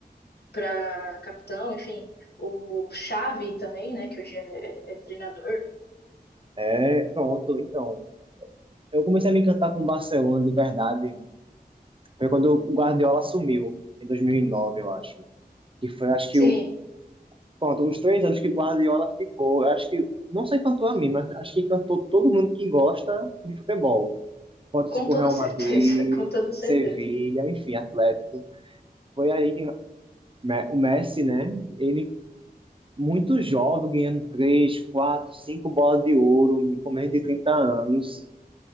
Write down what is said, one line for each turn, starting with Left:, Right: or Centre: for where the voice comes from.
Left: para capitão, enfim. O Xavi também, né? Que hoje é, é treinador.
Right: É, pronto, então. Eu comecei a me encantar com o Barcelona de verdade. Foi quando o Guardiola assumiu, em 2009, eu acho. Que foi, acho que,
Left: Sim,
Right: o, Pronto, os três anos que Guardiola ficou, eu acho que, não sei quanto a mim, mas acho que encantou todo mundo que gosta de futebol. Pode
Left: com
Right: ser por
Left: toda
Right: Real
Left: certeza,
Right: Madrid,
Left: <laughs> com toda certeza.
Right: Sevilha, enfim, Atlético. Foi aí que Me- o Messi, né? Ele, muito jovem, ganhando três, quatro, cinco bolas de ouro, com menos de 30 anos.